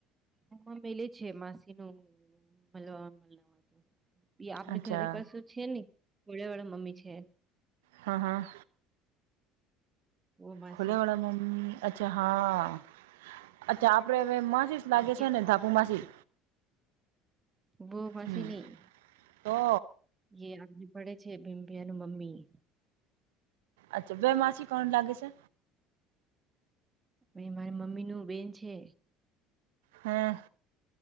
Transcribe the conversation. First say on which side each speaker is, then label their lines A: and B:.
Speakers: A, on the right; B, on the right.
A: એમાં મેલે છે માસી નું મળવા મવા એ આપણી
B: અચ્છા
A: ઘરે પાસેું છે ને ળ વાળા મમ્મી છે.
B: હા હા
A: વો માસી
B: ખુલે વાળા મમ્મી અચ્છા હા અચ્છા આપ <unintelligible> માસીસ લાગે
A: આપકે
B: છે ને ધાપુ માસી
A: બો મસીની
B: હમ તો
A: જે આ પડે છે ભીમભિયા ન મમ્મી
B: અચ્છા બે માસી કોણ લાગે છે?
A: વે મારા મમ્મી નું બેન છે.
B: હમ્મ.